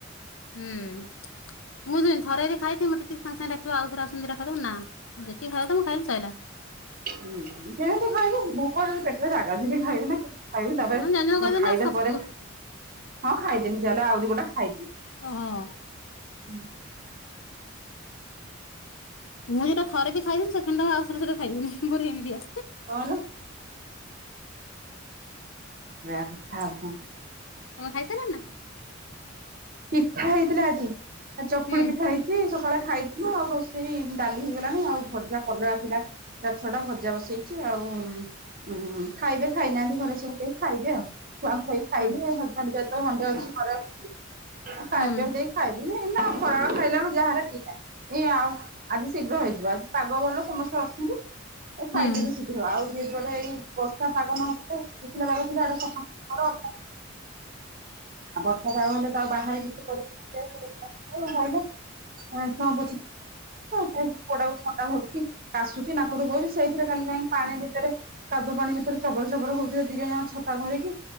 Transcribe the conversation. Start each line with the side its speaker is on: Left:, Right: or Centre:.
Left: ହୁଁ ଉଁ ମୁଁ ସେମିତି ଥରେ ଯଦି ଖାଇଥିଲି ମତେ କି ସାଙ୍ଗେ ସାଙ୍ଗେ ଡାକିବ ଆଉଥରେ ଆସନି ଦିଟା ଖାଇଦାବ ନା। ଯେତିକି ଖାଇବା କଥା ମୁଁ ଖାଇଲି ସଇଲା।
Right: ହୁଁ କେମିତି ଖାଇବି ଭୋକରେ ଯଦି ପେଟରେ ଜାଗାଥିଲେ ଖାଇବି ନା। ଖାଇବି ତାପରେ
Left: ନା ଜାଣି ଶୁଣି କହିଦେଲି
Right: ମୁଁ ଖାଇବା
Left: ନା ଖାବୁ
Right: ପରେ ହଁ ଖାଇଦେବି ଚାଲେ ଆଉ ଦି ଗୁଣ୍ଡା ଖାଇବି।
Left: ହଁଁ ହଁ।
Right: ହୁଁ।
Left: ମୁଁ ଯୋଉ ଟା ଥରେ ବି ଖାଇବିନି ସେଖେଣ୍ଡ ଆଉସରେ ଖାଇବିନି ମୋ ଏମିତିଆ।
Right: ହାଲୋ। ଯାହା ହୋଉ ଆଉ କଣ?
Left: ତମେ ଖାଇ ସାଇଲ ନା?
Right: ପିଠା ହେଇଥିଲା ଆଜି ଆ ଚକୁଳି
Left: ହୁଁ
Right: ପିଠା ହେଇ ଥି ସକାଳେ ଖାଇଥିଲୁ ଆଉ ରୋଷେଇ ଡାଲି ହେଇଗଲାଣି ଆଉ ଭଜା କଲରା ଥିଲା। ଚାର୍ ଛଅଟା ଭଜା ବସେଇଛି ଆଉ ଉଁ-ଉଁ - ଉ ଖାଇବେ ଖାଇନାହାନ୍ତି ଘରେ ସବୁ କେ ଖାଇଲେ ଆଉ। ଛୁଆଙ୍କୁ ଖୋଇ ସାଇଲେ
Left: ହୁଁ
Right: ହଜ୍ ବେଣ୍ଡ <unintelligible> ଖାଇବା
Left: ହୁଁ
Right: ପିଆ ଦେଇକି ଖାଇବିନି ଏନା ଫଳଳ ଖାଇଲା ବେଳକୁ ଯାହା ହେଲା ଦିଟା। ଜୀ ଆଉ ଆଜି ଶୀଘ୍ର ହେଇଯିବ ଆଜି ପାଗ ଭଲ ସମସ୍ତେ ଅଛନ୍ତି ଏ
Left: ହୁଁ
Right: ଖାଇଦେବେ ସି ଥିବ ଆଉ ଯିଏ ଗନେ ଏଇ ବର୍ଷା ପାଗ ନଥିଲେ ଶୁଖିଲା ପାଗ ଥିଲେ ଏଡା ସଫା ମୋର <inaudible> ବର୍ଷା ଯାଗ ହେଲେ ତ ବାହାରେ <unintelligible> <unintelligible> ଖାଇବୁ ଆଉ ପୁଅଟା କୁ ଥଣ୍ଡା ଧରୁଛି। କାଶୁଛି ନାକରୁ ବୋହୁଉଛି ସେଇଥିରେ ଖାଲି ଯାଇକି ପାଣି ଭିତରେ। କାଦୁ ପାଣି ଭିତରେ ଚବର ଚବର ହୋଉଥିବେ ଦି ଜଣ ଜାଙ୍କ ଛତା ଧରିକି।